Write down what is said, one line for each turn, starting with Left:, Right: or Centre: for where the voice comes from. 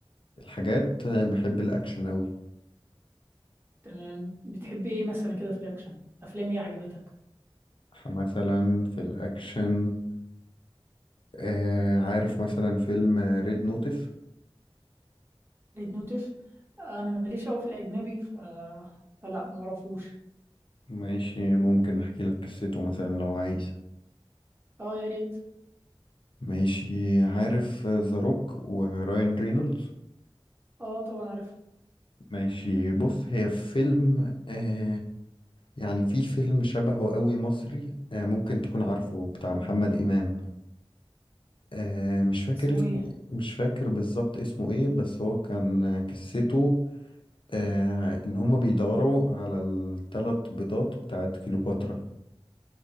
Left: الحاجات آه، بحب الأكشن أوي
Right: تمام بتحبي ايه مثلا كده في الاكشن افلام ايه عجبتك
Left: مثلا في الأكشن آه عارف مثلا فيلم ريد نوتس
Right: ريد نوتف انا ماليش قوي في الاجنبي ف... فلا ما اعرفوش
Left: ماشي ممكن احكي لك قصته مثلا لو عايز
Right: اه يا ريت
Left: ماشي عارف ذا روك وراين رينولدز
Right: اه طبعا عارف
Left: ماشي بص هي فيلم آه يعني في فيلم شبهه قوي مصري آه ممكن تكون عارفه بتاع محمد إمام آه مش فاكر
Right: اسمه
Left: اسمه
Right: ايه
Left: مش فاكر بالظبط اسمه ايه بس هو كان آه، قصته آه ان هما بيدوروا على الثلاث بيضات بتاعت كليوباترا